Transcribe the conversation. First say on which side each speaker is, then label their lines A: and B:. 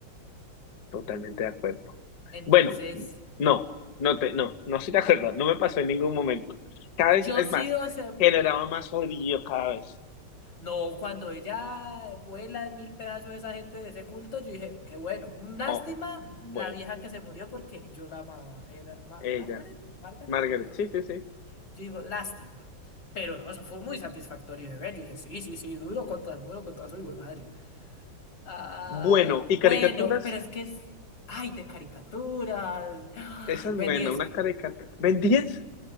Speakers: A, on the left; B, on the left.
A: totalmente de acuerdo.
B: Entonces,
A: Bueno, no, no te, no, no estoy de acuerdo, no me pasó en ningún momento. Cada
B: yo
A: vez, es
B: sí,
A: más,
B: o sea,
A: generaba más odio cada vez.
B: no, cuando ella vuela en mil pedazos esa gente de ese culto, yo dije, qué bueno. Mm, Lástima
A: Oh, bueno,
B: la vieja que se murió porque yo la amaba. Era Ma-
A: ella,
B: Margaret, Margaret,
A: Margaret,
B: era
A: sí,
B: que se
A: sí,
B: Yo
A: sí.
B: digo, lástima. Pero no, eso fue muy satisfactorio de ver. Yo dije, sí, sí, sí, duro contra el muro, contra su hijo de madres. Ah,
A: Bueno, y
B: bueno,
A: caricaturas,
B: pero es que es. Ay, de caricaturas. <gasps>
A: esa es
B: Ben
A: buena,
B: 10.
A: una caricatura. ¿Ven 10?